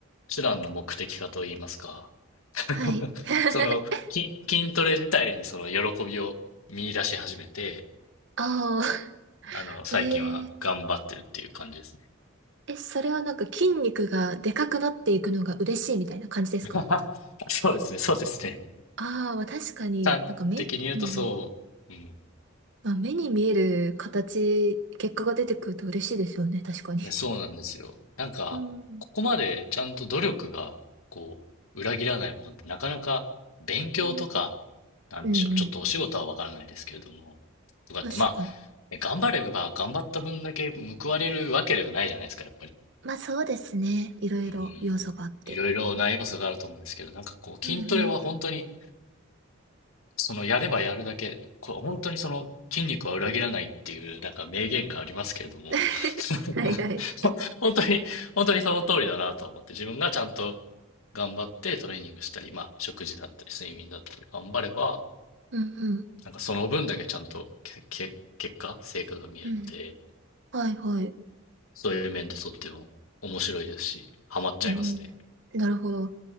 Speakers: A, on the left (about 80°); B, on the right (about 55°).
A: 手段の目的化といいますか、<laughs>
B: はい。<laughs>
A: その、き筋トレ自体にその喜びを見出し始めて、
B: ああ、
A: あの、最近は頑張ってるっていう感じですね。
B: へえ。え、それはなんか筋肉がでかくなっていくのが嬉しいみたいな感じですか
A: <laughs> そうですね、そうですね。
B: ああ、まあ確かになんか目、
A: 端的に言うとそう。
B: うん。
A: うん。
B: まあ目に見える形、結果が出てくると嬉しいですよね、確かに。
A: いや、そうなんですよ。なんか、
B: うん。
A: ここまでちゃんと努力が、こう、裏切らないものってなかなか勉強とか、
B: うん
A: なんでしょう。
B: うんうん。
A: ちょっとお仕事はわからないですけれども、とかって、
B: 確かに。
A: まあ、ね頑張れば頑張った分だけ報われるわけではないじゃないですか、やっぱり。
B: まあそうですね。いろいろ要素があって。
A: うん。いろいろな要素があると思うんですけど、なんかこう、
B: うんうん。
A: 筋トレは本当に、その、やればやるだけ、こう、本当にその、筋肉は裏切らないっていう、なんか名言がありますけれども、
B: <laughs>
A: <laughs>
B: はいはい。
A: ほ本当に、本当にその通りだなと思って、自分がちゃんと頑張ってトレーニングしたり、まあ、食事だったり、睡眠だったり、頑張れば、
B: うんうん。
A: なんかその分だけちゃんとけ、け、結果、成果が見えるので、
B: うん。はいはい。
A: そういう面でとっても面白いですし、ハマっちゃいますね。
B: うん。なるほど。